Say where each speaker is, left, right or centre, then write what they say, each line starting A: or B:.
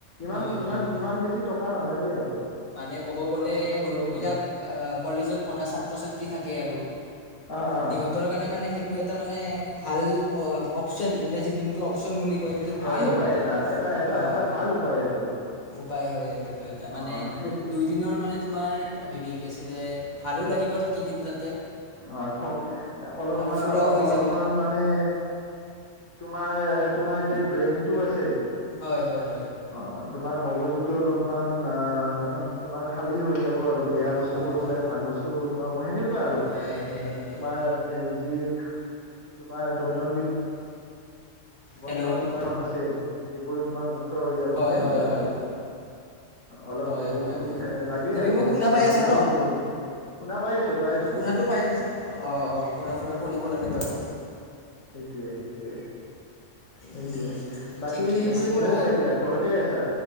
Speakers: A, on the left (about 75°); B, on the left (about 35°).
A: ইমান
B: হয় হয়।
A: ইমান
B: হয়
A: ইমান বেছি টকা নালাগে আৰু।
B: মানে ক'ব গ'লে
A: ইমান বেছি খৰচ
B: যোনবিলাক
A: নহয়
B: কলেজত পঢ়া ছাত্ৰ ছাত্ৰী থাকে আৰু
A: অ অ
B: সিহঁতৰ কাৰণে মানে সেইটো এটা মানে ভাল অ অপচন, ইংৰাজী যোনটো অপচন বুলি কয় সেইটো হয়
A: ভাল
B: আৰু
A: উপায়
B: এটা
A: এটা
B: অ
A: এটা
B: অ
A: ভাল উপায় আৰু
B: উপায় হয় আৰু সেইটো এটা মানে
A: অ সেইটো
B: দুই দিনৰ মানে তোমাৰ হেৰি কি আছিলে ভালো লাগিব। থাকি কিনে তাতে
A: অ থক অলপমান
B: আৰু ফুৰাও
A: অ
B: হৈ
A: অলপমান
B: যাব
A: মানে তোমাৰ তোমাৰ যে ব্ৰেইনটো আছে,
B: হয় হয়
A: অ তোমাৰ মগজ টো অলপমান অ তোমাৰ খালি হৈ যাব আৰু। বেয়া
B: হয়
A: বস্তু বোৰ ওলাই ভাল বস্তু বোৰ সোমাব সেনেকুৱা আৰু
B: সেয়াই সেয়াই
A: এ
B: সেয়াই
A: তোমাৰ এ যি তোমাৰ দৈনন্দিন জীৱনত
B: হেল্ল'
A: তোমাৰখন আছে সেইবোৰ তোমাৰ মুক্ত হৈ যাব
B: হয়
A: তেনেকুৱা
B: হয় হয়
A: আৰু। অ অলপ
B: হয়
A: ঘূৰি
B: হয়
A: ফুৰি
B: হয়
A: থ লাগে
B: তুমি
A: আৰু
B: মোক
A: অলপ
B: শুনা
A: ঘূৰা
B: পাই আছা
A: ফুৰাও
B: ন
A: কৰিব লাগে। শুনা পাই আছো পাই আছো
B: শুনাটো পাই আছে অঁ অঁ ঘুৰা ফুৰা কৰিব লাগে বাৰু।
A: সেইটোৱে সেইটোৱে। সেইটোৱে,
B: উম
A: বাকি
B: ঠিকেই
A: তুমি
B: আছে
A: কত
B: ময়ো
A: আছা এতিয়া ঘৰতে আছা।